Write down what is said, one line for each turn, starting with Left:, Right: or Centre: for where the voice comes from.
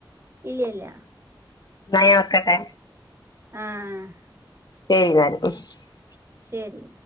Right: ഇല്ല ഇല്ല
Left: ന വക്കട്ടെ
Right: ആ ആ
Left: <unintelligible>
Right: ശരി